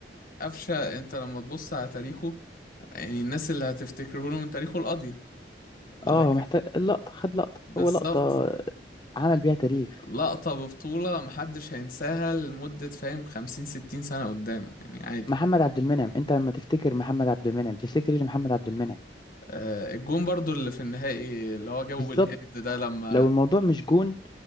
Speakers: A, on the left (about 50°); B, on the left (about 25°).
A: قفشه انت لما تبص على تاريخه يعني الناس اللي هتفتكره له من تاريخه القاضيه لكن
B: اه هو محتاج اللقطه خد لقطه
A: بالظبط
B: هو لقطه عمل بيها تاريخ
A: لقطه ببطوله محدش هينساها لمده فاهم 50 60 سنه قدام يعني عادي
B: محمد عبد المنعم انت لما تفتكر محمد عبد المنعم بتفتكر ايه لمحمد عبد المنعم
A: آه، الجون برضو اللي في النهائي اللي هو جابه
B: بالظبط
A: بالهيد ده لما
B: لو الموضوع مش جون